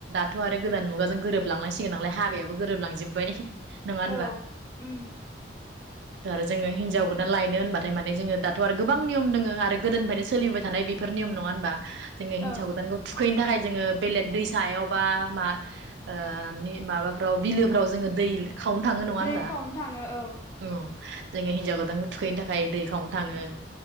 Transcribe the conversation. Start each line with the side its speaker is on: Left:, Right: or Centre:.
Right: थ' आरो गोदान मुगाजों गोरोबलांनांसिगोन नालाय। हाबायाव गोरोब लांजोबबाय। नङा होनबा?
Left: औ उम
Right: दाथ' आरो जोङो हिनजाव गोदान लायनो होनबाथाय माने जोङो दाथ' आरो गोबां नियम दोङो आरो गोदोनिफ्रायनो सोलिबाय थानाय बेफोर नियम। नङा होनबा? जोङो हिनजाव
Left: औ
Right: गोदानखौ थुख थुखैनो थाखाय जोङो बेलेग दैसायाव बा मा ओ मि माबा फ्राव बिलोफ्राव जोङो दै खावनो थाङो। नङा
Left: दै
Right: होनबा?
Left: खावनो थाङो औ
Right: उम। जोङो हिनजाव गोदानखौ थुखैनो था खाय दै खावनो थाङो